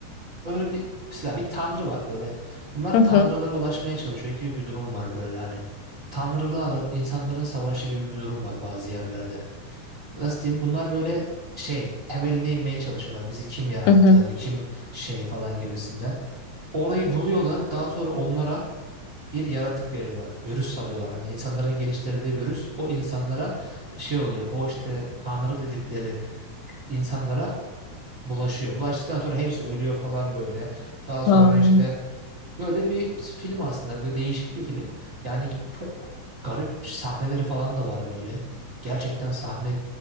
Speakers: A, on the right; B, on the left.
A: Böyle bir mesela bir tanrı var böyle bunlar
B: hı
A: tanrılara
B: hı,
A: ulaşmaya çalışıyor gibi bir durum var böyle hani. Tanrılarla insanların savaşı gibi bir durum var bazı yerlerde. Nasıl diyeyim bunlar böyle şey temeline inmeye çalışıyorlar. Bizi kim yarattı
B: hı hı.
A: hani kim şey falan gibisinden. Orayı buluyorlar daha sonra onlara bir yaratık veriyorlar. Virüs salıyorlar. Hani insanların geliştirdiği virüs o insanlara şey oluyor. O işte tanrı dedikleri insanlara bulaşıyor. Bulaştıktan sonra hepsi ölüyor falan böyle. Daha
B: Aa,
A: sonra işte Böyle bir film aslında değişik bir film. Yani çok garip sahneleri falan da var böyle. Gerçekten sahne